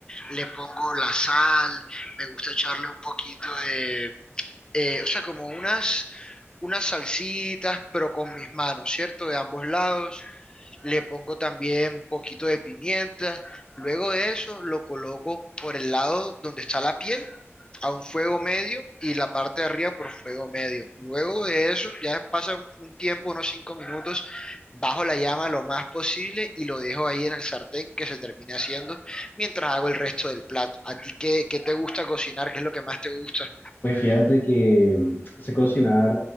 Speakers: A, on the left; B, on the left.
A: le pongo la sal, me gusta echarle un poquito de, eh, o sea, como unas, unas salsitas, pero con mis manos, ¿cierto? De ambos lados le pongo también un poquito de pimienta. Luego de eso lo coloco por el lado donde está la piel a un fuego medio y la parte de arriba por fuego medio. Luego de eso ya pasa un- un tiempo, unos cinco minutos, bajo la llama lo más posible y lo dejo ahí en el sartén que se termine haciendo mientras hago el resto del plato. ¿A ti qué, qué te gusta cocinar? ¿Qué es lo que más te gusta?
B: Pues fíjate que mm, sé cocinar